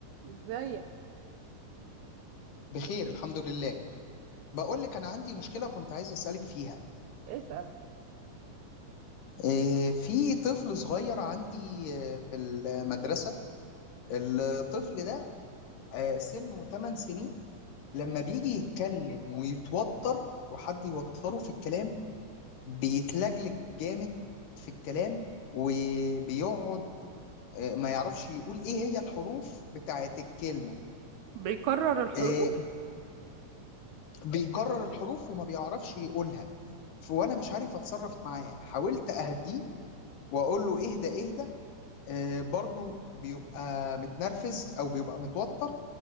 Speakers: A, on the right (about 75°); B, on the left (about 85°).
A: ازيك
B: بخير الحمد لله بقول لك انا عندي مشكله كنت عايز اسالك فيها
A: اسأل
B: إيه، في طفل صغير عندي آه، في المدرسه الطفل ده آه، سنه 8 سنين لما بيجي يتكلم ويتوتر وحد يوتره في الكلام بيتلجلج جامد في الكلام وبيقعد آه، ما يعرفش يقول ايه هي الحروف بتاعت الكلمه
A: بيكرر الحروف
B: آه، بيكرر الحروف وما بيعرفش يقولها ف- وانا مش عارف اتصرف معاه حاولت اهديه واقول له اهدى اهدى آه برضه بيبقى متنرفز او بيبقى متوتر